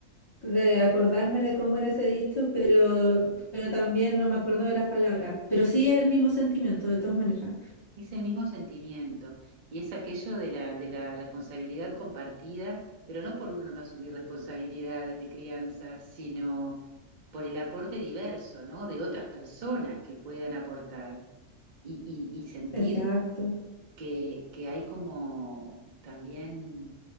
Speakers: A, on the left (about 25°); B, on the right (about 55°).
A: de acordarme de cómo era ese dicho, pero, pero también no me acuerdo de las palabras. Pero sí es el mismo sentimiento, de todas maneras.
B: Es el mismo sentimiento y es aquello de la, de la responsabilidad compartida, pero no por uno no asumir responsabilidades de crianza, sino por el aporte diverso, ¿no? De otras personas que puedan aportar y, y- y sentir
A: Exacto.
B: que, que hay como también